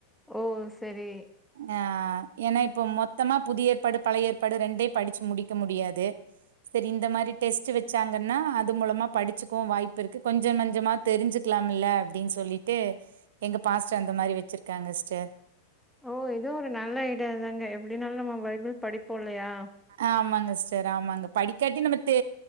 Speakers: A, in the centre; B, on the right.
A: ஓ செரி
B: ஆ ஏன்னா இப்போ மொத்தமா புதிய ஏற்பாடு பழைய ஏற்பாடு ரெண்டயும் படிச்சு முடிக்க முடியாது செரி இந்த மாரி டெஸ்ட் வச்சாங்கன்னா அது மூலமா படிச்சுவவும் வாய்ப்பு இருக்கு கொஞ்சம் நஞ்சமாவது தெரிஞ்சுக்கலாம் இல்ல அப்டின்னு சொல்லிட்டு எங்க பாஸ்ட்டர் அந்த மாரி வச்சிருக்காங்க சிஸ்டர்
A: ஓ இது ஒரு நல்ல ஐடியா தாங்க எப்டினாலு நம்ம பைபிள் படிப்போ இல்லயா
B: ஆமாங்க சிஸ்டர் ஆமாங்க படிக்காட்டி நம்ம தெ